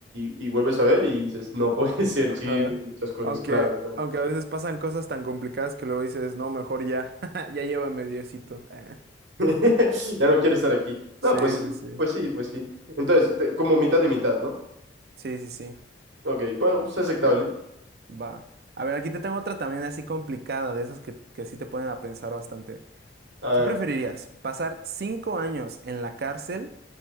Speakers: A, on the right; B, on the right.
A: y, y vuelves a ver y dices, no <laughs> puede ser,
B: Ajá.
A: sí, he vivido muchas cosas,
B: Aunque,
A: claro, claro.
B: aunque a veces pasan cosas tan complicadas que luego dices, no, mejor ya, <laughs> ya llévame Diosito. <laughs> Eh,
A: <laughs> Ya no quiero estar aquí. No,
B: Sí,
A: pues sí,
B: sí, sí.
A: pues sí, pues sí. Entonces, te- como mitad de mitad, ¿no?
B: Sí, sí, sí,
A: Ok, bueno, es aceptable.
B: va. A ver, aquí te tengo otra también así complicada, de esas que, que sí te ponen a pensar bastante.
A: A
B: ¿Qué
A: ver,
B: preferirías? ¿Pasar cinco años en la cárcel